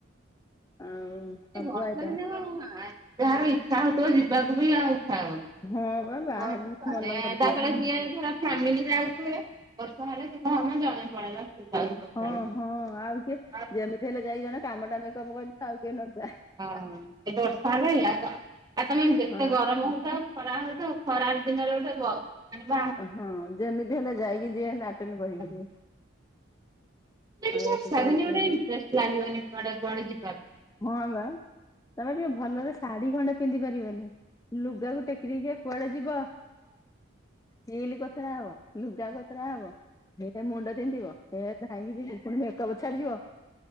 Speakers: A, on the left (about 15°); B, on the right (about 20°).
A: ଆଉ ସବୁ
B: ବର୍ଷା
A: ଆଇଟମ
B: ଦିନେ କଣ ଯାହାର ଇଚ୍ଛା ହଉଥିବ ଯିବାକୁ ବି ଆଉ ଇଚ୍ଛା ହବନି।
A: ହଁ। ବା
B: <inaudible>
A: ବାହାରିଲେ
B: ଫ୍ୟାମିଲି
A: ମନ ମରିଯିବ
B: ଯାଉଥିବେ, ବର୍ଷା ହେଲେ ସିଏ <unintelligible> ଜଣେ <unintelligible> ବର୍ଷାରେ।
A: ହଁ-ହଁ ଆଉ କିଏ
B: ହଁ
A: ଯେମିତି ହେଲେ ଯାଇ ଜଣେ କାମଟା ମେକପ୍ କରିଦିଅ ଆଉ କିଏ ନଜା।
B: ଏ ବର୍ଷା ହେଲେ ଆଉ ତ ଆଉ ତମେ ଯେତେ
A: ହଁ ବା
B: ଗରମ୍ ମୁଁ <unintelligible> ଖରା ହଉଥବ ଖରା ଦିନରେ ଗୋଟେ ବ
A: ହଁ ଯେମିତି ହେଲେ ଯାଇକି ଯିଏ ହେଲେ ଆଟେଣ୍ଡ କରିପାରିବେ
B: <inaudible> <unintelligible> ବର୍ଷା
A: ହଁ ଏମିତିରେ
B: ଦିନେ
A: କିଏ
B: ଗୋଟେ
A: ମନ
B: ଇଣ୍ଟ୍ରେଷ୍ଟ୍ ଲାଗିବନି କୁଆଡେ-କୁଆଡେ ଯି
A: ହଁ ବା, ତମେ ଟିକେ ଭଲରେ ଶାଢୀ ଖଣ୍ଡେ ପିନ୍ଧି ପାରିବନି। ଲୁଗାକୁ ଟେକି ଟେକିକା କୁଆଡେ ଯିବ। ହିଲ୍ କୋତରା ହବ, ଲୁଗା କୋତରା ହବ। ହେ ମୁଣ୍ଡ ବିନ୍ଧିବ ହେ ଧାଇଁକି ଯିବି ପୁଣି ମେକପ୍ ଛାଡିଯିବ।